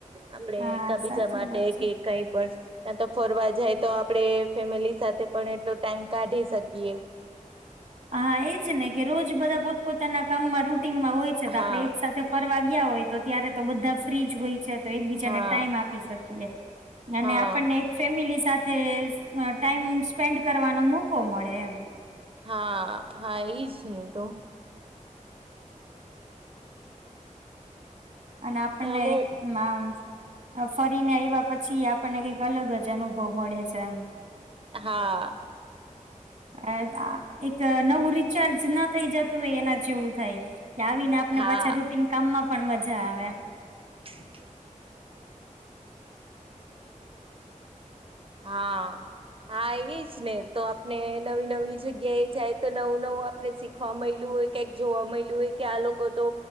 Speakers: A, on the right; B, on the right.
A: આપડે
B: હા
A: એકબીજા
B: સાચી
A: માટે
B: વાત છે.
A: કે કઈ પણ ના તો ફરવા જાય તો આપડે ફેમિલી સાથે પણ એટલો ટાઈમ કાઢી શકીએ.
B: હા એ છે ને કે રોજ બધા પોતપોતાના કામમાં રૂટીનમાં હોય.
A: હા
B: આપડે એક સાથે ફરવા ગયા હોય તો ત્યારે તો બધા ફ્રી જ હોય છે. તો એકબીજાને
A: હા
B: ટાઈમ આપી શકીએ અને
A: હા
B: આપણને ફેમિલી સાથે અ ટાઈમ સ્પેન્ડ કરવાનો મોકો મળે એમ.
A: હા હા ઈજ ને તો.
B: અને આપણને
A: અમુક
B: એક નામ અ ફરીને આવ્યા પછી આપણને કંઈક અલગ જ અનુભવ મળે છે એમ.
A: હા
B: અ આ એક નવું રિચાર્જ ના થઈ જતું હોય એના જેવું થાય. કે આવીને આપને
A: હા
B: પાછા રૂટીન કામમાં પણ મજા આવે.
A: ક હા હા ઈજ ને તો આપને નવી નવી જગ્યાએ જાય તો નવું નવું આપને શીખ ખવા મલ્યું હોય, ક્યાંક જોવા મલ્યું હોય કે આ લોકો તો